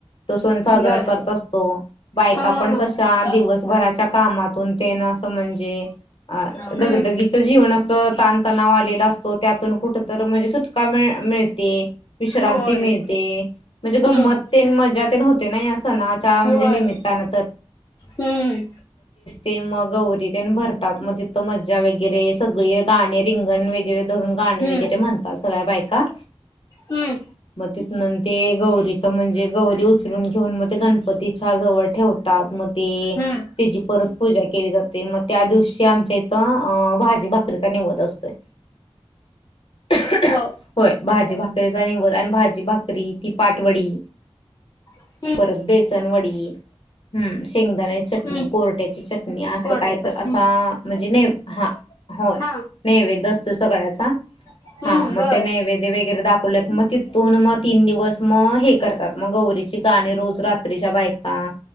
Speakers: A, on the left; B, on the left.
A: तो सण साजरा
B: बर
A: करत असतो बायका
B: हा हा
A: पण कशा दिवसभराच्या
B: हा
A: कामातून ते असं म्हणजे अ
B: हम्म
A: दगदगीचं जीवन असतं ताणतणाव आलेला असतो त्यातून कुठ तर म्हणजे सुटका मि विश्र
B: होय
A: मि म्हण
B: हम्म
A: ग या सणा म्हण
B: होय
A: निमितन
B: हम्म
A: ते मग गौरी त्यां भरतात मग मज्जा वगैरे सगळे गाणे रिंगण वगैरे धरून गाणे
B: हम्म
A: वगैरे म्हणतात सगळ्या बायका
B: हम्म
A: मग तिथन ते गौरीच म्हणजे गौरी उचलून घेऊन मग ते गणपतीच्या जवळ ठेवतात मग ते
B: हम्म
A: त्याची परत पूजा केली जाते मग त्या दिवशी आमच्या इथं अ भाजी भाकरीचा निवध असतोय <inaudible>
B: हो
A: होय भाजी भाकरीचा निवद आणि भाजी भाकरी ती पाटवडी
B: हम्म
A: परत बेसनवडी, हम्म शेंगदाण्याची
B: हम्म
A: चटणी, कोरट्याची चटणी असं
B: कोरट्याच
A: काय तर असा
B: हम्म
A: म्हणजे ने हा होय.
B: हा
A: नैवेद असतो सगळ्याचा
B: हम्म
A: हा मग
B: बर
A: ते नैवेद्य वगैरे दाखव मग तिथून मग तीन दिवस मग हे करतात मग गौरी गाणं रोज रात्रीच्या बायका,